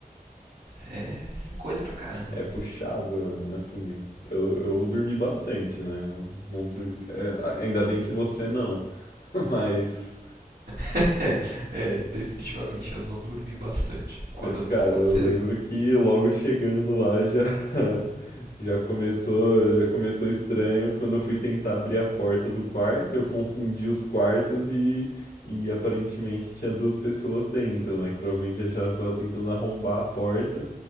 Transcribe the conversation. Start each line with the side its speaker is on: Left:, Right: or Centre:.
Right: é, é coisa pra caramba.
Left: é puxado, né, assim, eu, eu dormi bastante, né, não, não su- é, ainda bem que você não, <laughs> mas
Right: <laughs> É, é, definitivamente eu não dormi bastante. Acordamos
Left: Mas, cara,
Right: um pouco
Left: eu
Right: cedo.
Left: lembro que logo chegando lá já <laughs> já começou, já começou estranho quando eu fui tentar abrir a porta do quarto, eu confundi os quartos e e aparentemente tinha duas pessoas dentro, né, que provavelmente acharam que eu tava tentando arrombar a porta,